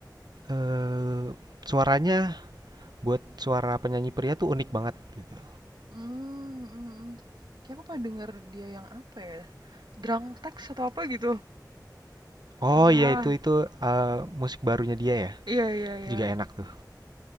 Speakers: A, on the right (about 70°); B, on the right (about 85°).
A: eee, suaranya buat suara penyanyi pria tuh unik banget gitu.
B: Mm, mm, mm. Kayak aku pernah dengar dia yang apa ya? Drunk Text atau apa gitu. Pernah.
A: Oh iya itu itu, eee, musik barunya dia ya?
B: Iya iya
A: Itu
B: iya.
A: juga enak tuh,